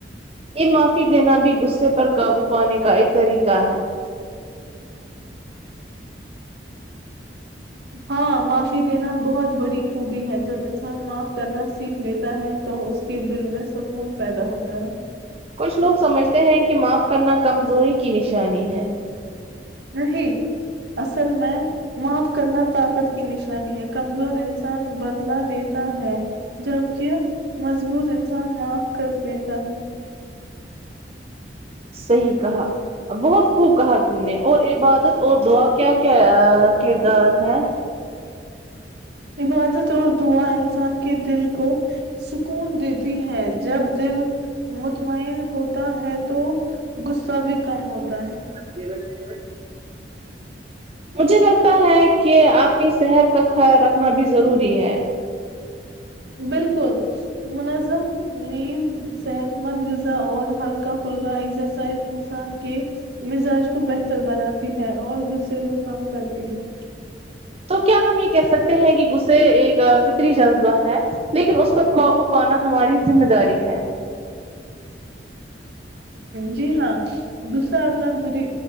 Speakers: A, on the right; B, on the right.
A: یہ معافی دینا بھی غصے پر قابو پانے کا ایک طریقہ ہے
B: ہاں معافی دینا بہت بڑی خوبی ہے جب انسان معاف کرنا سیکھ لیتا ہے تو اس کے دل میں سکون پیدا ہوتا ہے
A: کچھ لوگ سمجھتے ہیں کہ معاف کرنا کمزوری کی نشانی ہے
B: نہیں اصل میں معاف کرنا طاقت کی نشانی ہے کمزور انسان بدلا لیتا ہے جبکہ مضبوط انسان معاف کر دیتا ہے
A: صحیح کہا بہت خوب کہا تم نے اور عبادت اور دعا کیا کیا کردار ہے
B: عبادت اور دعا انسان کے دل کو سکون دیتی ہے جب دل مطمئن ہوتا ہے تو غصہ بھی کم ہوتا ہے
A: میں میں <inaudible> مجھے لگتا ہے کہ اپنی صحت کا خیال رکھنا بھی ضروری ہے
B: بالکل منظم نیند صحت مند غذا اور ہلکا کل کا ایکسرسائز انسان کے مزاج کو بہتر بناتی ہے اور غصہ کم کرتی ہے
A: تو کیا ہم یہ کہہ سکتے ہیں کہ غصے ایک فطری جذبہ ہے لیکن اس پر قابو پانا ہماری ذمہ داری ہے
B: جی ہاں غصہ اپنا بری